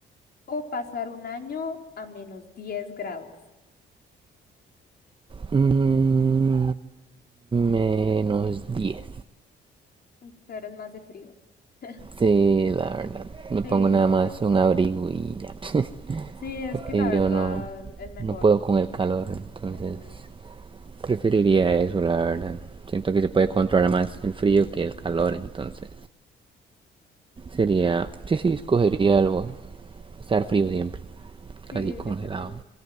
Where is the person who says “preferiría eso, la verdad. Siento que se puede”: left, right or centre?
Right